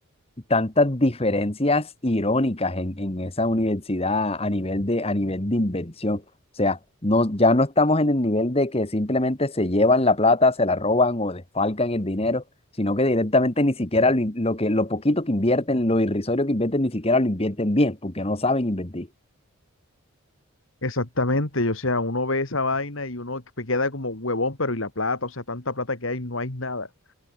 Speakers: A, on the left; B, on the left.
A: tantas diferencias irónicas en, en esa universidad a nivel de, a nivel de invención. O sea, no, ya no estamos en el nivel de que simplemente se llevan la plata, se la roban o desfalcan el dinero, sino que directamente ni siquiera lo, in- lo que, lo poquito que invierten, lo irrisorio que invierten, ni siquiera lo invierten bien, porque no saben invertir.
B: Exactamente, o sea, uno ve esa vaina y uno que queda como huevón, pero y la plata, o sea, tanta plata que hay, no hay nada.